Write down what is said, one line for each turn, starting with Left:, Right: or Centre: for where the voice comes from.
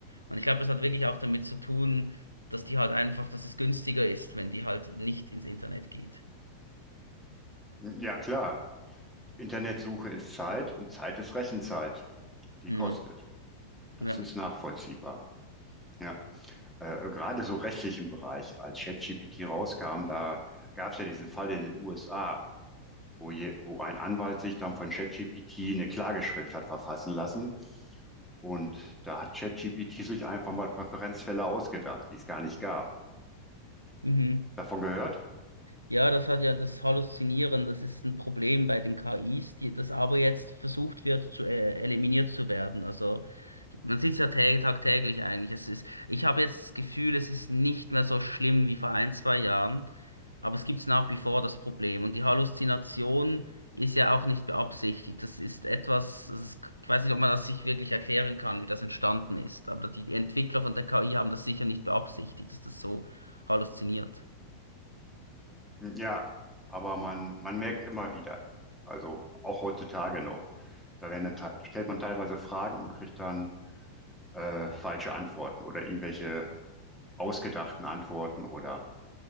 Right: Und ich glaube, das hat wirklich auch damit zu tun, dass die halt einfach, dass es günstiger ist, wenn die halt nicht ins Internet geht.
Centre: Hm, Ja, klar. Internetsuche ist Zeit und Zeit ist Rechenzeit. Die
Right: Mhm.
Centre: kostet. Das
Right: Ja.
Centre: ist nachvollziehbar. Ja, äh, gerade so rechtlichen Bereich, als ChatGPT rauskam, da gab es ja diesen Fall in den USA. wo, je, wo ein Anwalt sich dann von ChatGPT eine Klageschrift hat verfassen lassen. Und da hat ChatGPT sich einfach mal Präferenzfälle ausgedacht, die es gar nicht gab.
Right: Mhm.
Centre: Davon gehört?
Right: Ja, das hat ja das Halluzinieren, das ist ein Problem bei den KIs, die, das aber jetzt versucht wird, zu, äh, eliminiert zu werden. Also man sieht es ja tä- tagtäglich eigentlich. Es ist, ich habe jetzt das Gefühl, es ist nicht mehr so schlimm wie vor ein, zwei Jahren, aber es gibt nach wie vor das Problem. Und die Halluzination ist ja auch nicht beabsichtigt. Das ist etwas, das ist, ich weiß nicht, ob man das sich wirklich erklären kann, wie das entstanden ist. Aber die Entwickler von der KI haben das sicher nicht beabsichtigt, dass das so halluziniert.
Centre: Hm, Ja, aber man, man merkt immer wieder, also auch heutzutage noch, da werden dann, te- stellt man teilweise Fragen und kriegt dann äh, falsche Antworten oder irgendwelche ausgedachten Antworten oder